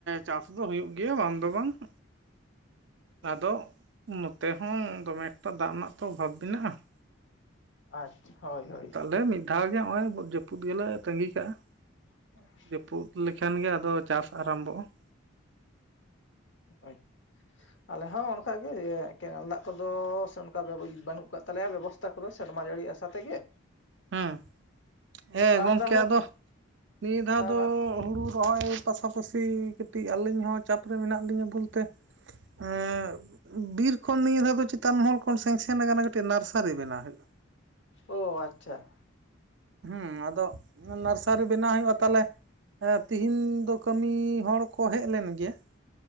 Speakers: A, on the right; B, on the left.
A: ᱪᱟᱥ ᱫᱚ ᱦᱩᱭᱩᱜ ᱜᱮᱭᱟ ᱵᱟᱝ ᱫᱚ ᱵᱟᱝ ᱾ ᱟᱫᱚ ᱱᱚᱛᱮ ᱦᱚᱸ ᱫᱚᱢᱮ ᱮᱠᱴᱟ ᱫᱟᱜ ᱨᱮᱱᱟᱜ ᱛᱚ ᱚᱵᱷᱟᱵᱽ ᱢᱮᱱᱟᱜᱼᱟ ᱾
B: ᱟᱪᱪᱷᱟ ᱾ ᱦᱳᱭ ᱦᱳᱭ ᱾
A: ᱛᱟᱦᱚᱞᱮ ᱢᱤᱫ ᱫᱷᱟᱹᱣ ᱜᱮ ᱱᱚᱜᱼᱚᱭ ᱡᱟᱹᱯᱩᱫ ᱜᱮᱞᱮ ᱛᱟᱺᱜᱤ ᱠᱟᱜᱼᱟ ᱾
B: <unintelligible>
A: ᱡᱟᱹᱯᱩᱫ ᱞᱮᱠᱷᱟᱱ ᱜᱮ ᱟᱫᱚ ᱪᱟᱥ ᱟᱨᱟᱢᱵᱚᱜᱼᱟ ᱾
B: ᱦᱳᱭ ᱾ ᱟᱞᱮ ᱦᱚᱸ ᱚᱱᱠᱟ ᱜᱮ ᱠᱮᱱᱮᱞ ᱫᱟᱜ ᱠᱚᱫᱚ ᱥᱮ ᱚᱱᱠᱟ ᱵᱟᱹᱱᱩᱜ ᱟᱠᱟᱫ ᱛᱟᱞᱮᱭᱟ ᱵᱮᱵᱚᱥ ᱛᱟ ᱠᱚᱫᱚ ᱥᱮᱨᱢᱟ ᱡᱟᱹᱲᱤ ᱟᱥᱟ ᱛᱮᱜᱮ᱾
A: ᱦᱮᱸ, ᱮ
B: ᱟᱨ
A: ᱜᱚᱝᱠᱮ
B: ᱛᱟᱦᱚᱞᱮ
A: ᱟᱫᱚ ᱱᱤᱭᱟᱹ ᱫᱷᱟᱹᱣ
B: ᱦᱮᱸ
A: ᱫᱚ
B: ᱢᱟ
A: ᱦᱩᱲᱩ ᱨᱚᱦᱚᱭ ᱯᱟᱥᱟᱯᱟᱹᱥᱤ ᱠᱟᱹᱴᱤᱡ ᱟᱹᱞᱤᱧ ᱦᱚᱸ ᱪᱟᱯ ᱨᱮ ᱢᱮᱱᱟᱜ ᱞᱤᱧᱟ ᱵᱚᱞᱛᱮ, ᱩᱸ ᱾ ᱵᱤᱨ ᱠᱷᱚᱱ ᱱᱤᱭᱟᱹ ᱫᱷᱟᱣ ᱫᱚ ᱪᱮᱛᱟᱱ ᱢᱚᱦᱚᱞ ᱠᱷᱚᱱ ᱥᱮᱱᱥᱮᱱ ᱟᱠᱟᱱᱟ ᱠᱟᱹᱴᱤᱡ ᱱᱟᱨᱥᱟᱨᱤ ᱵᱮᱱᱟᱣ ᱦᱩᱭᱩᱜ
B: ᱚ ᱟᱪᱪᱷᱟ ᱾
A: ᱦᱮᱸ, ᱟᱫᱚ ᱱᱟᱨᱥᱟᱨᱤ ᱵᱮᱱᱟᱣ ᱦᱩᱭᱩᱜᱼᱟ, ᱛᱟᱦᱚᱞᱮ ᱮ ᱛᱤᱦᱮᱧ ᱫᱚ ᱠᱟᱹᱢᱤ ᱦᱚᱲ ᱠᱚ ᱦᱮᱡ ᱞᱮᱱ ᱜᱮᱭᱟ ᱾